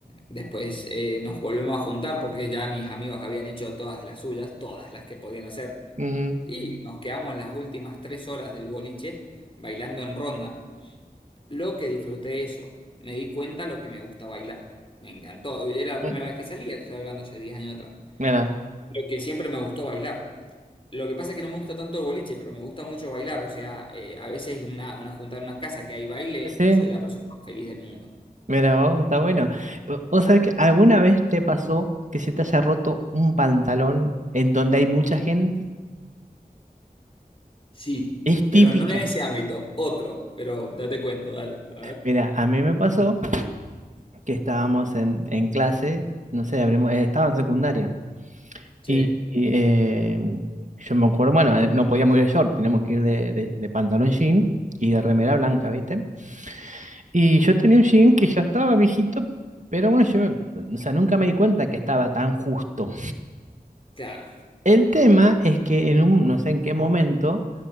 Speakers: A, on the left; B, on the right.
A: después eh, nos volvemos a juntar porque ya mis amigos habían hecho todas las suyas, todas las que podían hacer.
B: Ujú,
A: Y nos quedamos las últimas tres horas del boliche bailando en ronda. Lo que disfruté eso, me di cuenta lo que me gusta bailar. Me encantó. Era la
B: ujú.
A: primera vez que salía, te estoy hablando hace 10 años atrás.
B: Mira,
A: Lo que siempre me gustó bailar. Lo que pasa es que no me gusta tanto el boliche, pero me gusta mucho bailar. O sea, eh, a veces una, una juntada en una casa que hay baile,
B: sí,
A: soy la persona más feliz del mundo.
B: mira vos, está bueno. O- ¿Vos sabés que alguna vez te pasó que se te haya roto un pantalón en donde hay mucha gente?
A: Sí,
B: Es típica.
A: pero no en ese ámbito, otro. Pero ya te cuento, dale. A ver.
B: Mira, a mí me pasó que estábamos en, en clase, no sé, abrimos, eh, estaba en secundaria.
A: Sí.
B: Y, y, eh, yo me acuerdo, bueno, eh, no podíamos ir de short, teníamos que ir de, de- de pantalón jean y de remera blanca,
A: Ujú.
B: ¿viste? Y yo tenía un jean que ya estaba viejito, pero bueno, yo, o sea, nunca me di cuenta que estaba tan justo.
A: Claro.
B: El tema es que en un, no sé en qué momento,